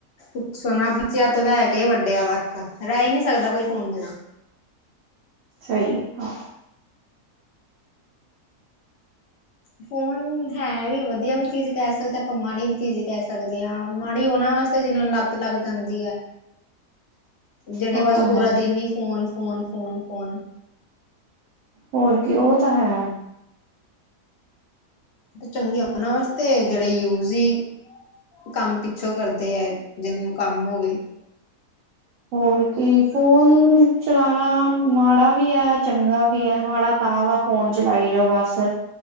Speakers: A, on the left (about 65°); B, on the right (about 70°).
A: ਪੁੱਛੋ ਨਾ ਬੱਚਿਆਂ ਤੋਂ ਲੈ ਕੇ ਵੱਡਿਆ ਤੱਕ ਵੱਖ ਰਹਿ ਹੀ ਨੀ ਸਕਦਾ ਕੋਈ ਫ਼ੋਨ ਬਿਨਾਂ।
B: ਸਹੀ ਹੈ।
A: ਫੋਨ ਹੈ ਵੀ ਵਧੀਆ ਵੀ ਚੀਜ਼ ਕਹਿ ਸਕਦੇ ਆਪਾਂ ਮਾੜੀ ਵੀ ਚੀਜ਼ ਕਹਿ ਸਕਦੇ। ਹਾਂ ਮਾੜੀ ਉਹਨਾਂ ਵਾਸਤੇ ਜਿਨਾਂ ਨੂੰ ਲੱਤ ਲੱਗ ਜਾਂਦੀ ਹੈ ਜਿਹੜੇ
B: ਉਹ
A: ਬਸ
B: ਤਾਂ
A: ਪੂਰਾ
B: ਹੈ
A: ਦਿਨ ਹੀ ਫੋਨ ਫੋਨ, ਫੋਨ, ਫੋਨ।
B: ਹੋਰ ਕੀ ਉਹ ਤਾਂ ਹੈ।
A: ਚੰਗੇ ਉਹਨਾਂ ਵਾਸਤੇ ਜਿਹੜੇ ਯੂਜ ਈ ਕੰਮ ਪਿੱਛੋਂ ਕਰਦੇ ਹੈ ਜਿਹਨਾਂ ਨੂੰ ਕੰਮ ਹੋਵੇ।
B: ਹੋਰ ਕੀ ਫੋਨ ਚਲਾਉਣਾ ਮਾੜਾ ਵੀ ਹੈ ਚੰਗਾ ਵੀ ਹੈ ਮਾੜਾ ਤਾਂ ਵਾ ਫੋਨ ਚਲਾਈ ਜੋ ਬਸ।